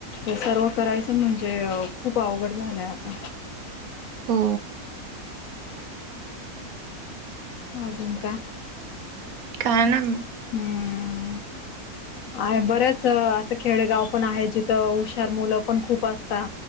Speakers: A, on the left; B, on the right.
A: हे सर्व करायचं म्हणजे खूप अवघड झालंय आता.
B: हो
A: अजून काय?
B: काय नाय.
A: हम्म आहे बरेच असं खेडेगाव पण आहे जिथं हुशार मुलं पण खूप असता.